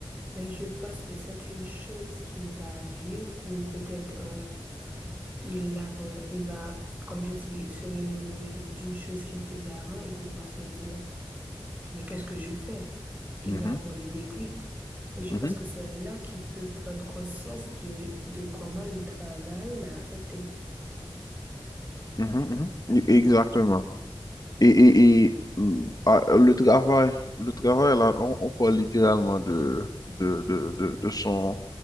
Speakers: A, on the right; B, on the left.
A: mais je pense que c'est une chose qu'il va vivre ou peut-être euh, il avait, il va, comme je dis, se remémorer d'une chose qu'il faisait avant et puis il va se dire, mais qu'est-ce que je fais? Il
B: Mhm,
A: va avoir le déclic. Et je
B: mhm,
A: pense que c'est là qu'il peut prendre conscience de, de comment le travail l'a affecté.
B: mhm, mhm. Exactement. Et, et, et, hum, ah, le travail, le travail, là, on, on parle littéralement de, de, de, de, de son,